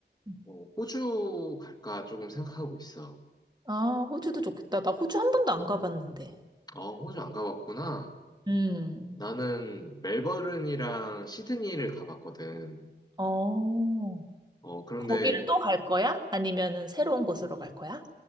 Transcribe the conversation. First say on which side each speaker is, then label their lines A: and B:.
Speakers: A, on the right; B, on the left.
A: 음.
B: 어, 호주 갈까 조금 생각하고 있어.
A: 아, 호주도 좋겠다. 나 호주 한 번도 안 가봤는데.
B: 어, 호주 안 가봤구나.
A: 음.
B: 나는 멜버른이랑 시드니를 가봤거든.
A: 어,
B: 어, 그런데
A: 거기를 또 갈 거야? 아니면은 새로운 곳으로 갈 거야?